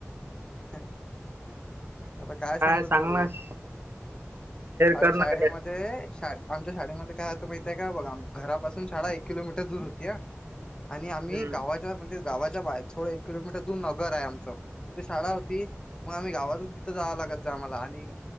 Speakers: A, on the left; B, on the right.
A: <inaudible> आता काय सांगू
B: सांग
A: तुले
B: ना शेअर
A: आणि
B: कर
A: शाळेम
B: ना काय
A: ते आमच्या शाळेमध्ये काय होतं माहितेय का बघा. घरापासून शाळा एक किलोमी दूर होत्या. आणि आम्ही
B: हम्म
A: गावा म्हणजे गावाच्या बाहेर थोडं, एक किलोमीटर दूर नगर आहे आमचं तिथे शाळा होती. मग आम्ही गावातून तिथं जावं लागतं च आम्हाला आणि